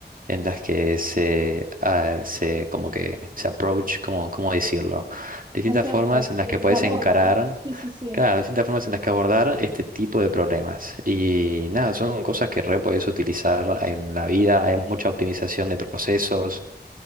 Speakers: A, on the right; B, on the right.
A: en las que se, ah, se como que se approach, cómo, ¿cómo decirlo? Distintas
B: se acerca,
A: formas
B: sí,
A: en las que puedes
B: se aborda.
A: encarar,
B: Sí, sí, sí.
A: claro, distintas formas en las que abordar este tipo de problemas. Y nada, son cosas que re puedes utilizar en la vida, hay mucha optimización de procesos,